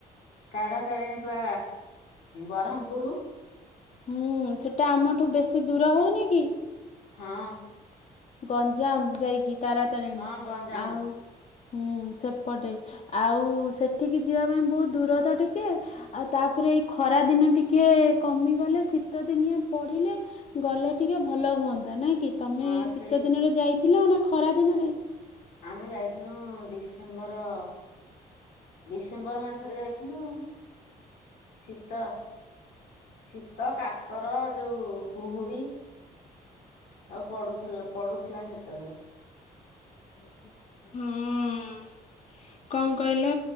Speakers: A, on the left (about 70°); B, on the left (about 40°).
A: ତାର ତାରିଣୀି ପା ବ୍ରହ୍ମପୁରୁ।
B: ହୁଁ ସେଟା ଆମଠୁ ବେଶି ଦୂର ହଉନି କି?
A: ହଁ।
B: ଗଞ୍ଜାମ ଯାଇକି ତାରାତାରେଣୀ
A: ହଁ ଗଞ୍ଜାମ
B: ଆଉ ହୁଁ ସେପଟେ ଆଉ ସେଠିକି ଯିବା ପାଇଁ ବହୁତ ଦୂର ତ ଟିକେ। ଆଉ ତାପରେ ଏଇ ଖରା ଦିନ ଟିକେ କମିଗଲେ ଶୀତ ଦିନିଆ ପଡିଲେ ଗଲେ ଟିକେ ଭଲ ହୁଅନ୍ତା ନାଇଁ କି ତମେ
A: ହଁ ସେଇ
B: ଶୀତ ଦିନରେ ଯାଇଥିଲ ନା ଖରା ଦିନରେ?
A: ଆମେ ଯାଇଥିନୁ ଡିସେମ୍ବର ଡିଶେ ଡିସେମ୍ବର ମାସରେ ଯାଇଥିନୁ ଶୀତ ଶୀତ କାକର ଯୋଉ କୁହୁଡି ଆଉ ପଡୁଥିଲା ପଡୁଥିଲା ସେତେବେଳେ।
B: ହୁଁ ଉଁ। କଣ କହିଲ